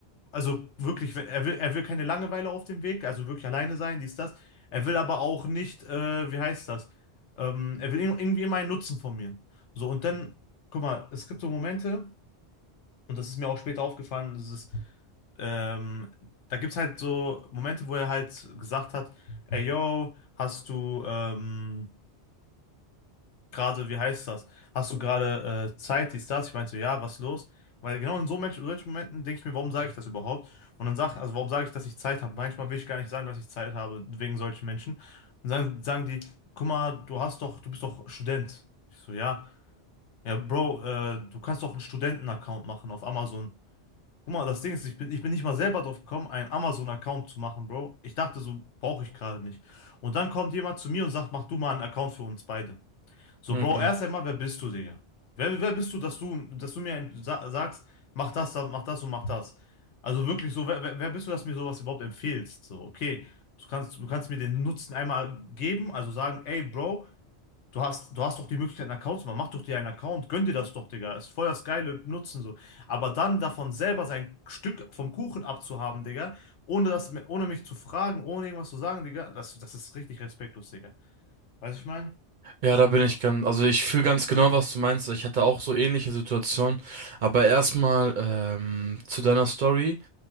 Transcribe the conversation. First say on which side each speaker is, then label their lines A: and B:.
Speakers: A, on the left; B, on the right.
A: also wirklich, wenn- er will, er will keine Langeweile auf dem Weg, also wirklich alleine sein, dies, das. Er will aber auch nicht, äh, wie heißt das? Ähm, er will ir- irgendwie immer einen Nutzen von mir. So, und dann, guck mal, es gibt so Momente, und das ist mir auch später aufgefallen, und das ist, ähm, da gibt es halt so Momente, wo er halt gesagt hat, ey, yo, hast du, ähm, gerade, wie heißt das? Hast du gerade äh, Zeit, dies, das? Ich meinte so, ja, was ist los? Weil genau in so Mensch- solchen Momenten denke ich mir, warum sage ich das überhaupt? Und dann sag, also warum sage ich, dass ich Zeit habe? Manchmal will ich gar nicht sagen, dass ich Zeit habe, wegen solchen Menschen. Und dann sagen die, guck mal, du hast doch, du bist doch Student. Ich so, ja. Ja, Bro, äh, du kannst doch einen Studenten-Account machen auf Amazon. Guck mal, das Ding ist, ich bin, ich bin nicht mal selber drauf gekommen, einen Amazon-Account zu machen, Bro. Ich dachte, so brauche ich gerade nicht. Und dann kommt jemand zu mir und sagt, mach du mal einen Account für uns beide. So,
B: Mhm.
A: Bro, erst einmal, wer bist du, Digga? Wer, wer bist du, dass du, dass du mir ein- sa sagst, mach das, da- mach das und mach das? Also wirklich so, wer, wer wer bist du, dass du mir sowas überhaupt empfiehlst? So, okay, du kannst, du kannst mir den Nutzen einmal geben, also sagen, ey, Bro, du hast, du hast doch die Möglichkeit, einen Account zu machen, mach doch dir einen Account, gönn dir das doch, Digga, ist voll das geile Nutzen so. Aber dann davon selber sein Stück vom Kuchen abzuhaben, Digga, ohne das, ohne mich zu fragen, ohne irgendwas zu sagen, Digga, das, das ist richtig respektlos, Digga. Weißt du, was ich meine?
B: Ja, da bin ich ganz, also ich fühle ganz genau, was du meinst. Ich hatte auch so ähnliche Situationen. Aber erstmal ähm, zu deiner Story.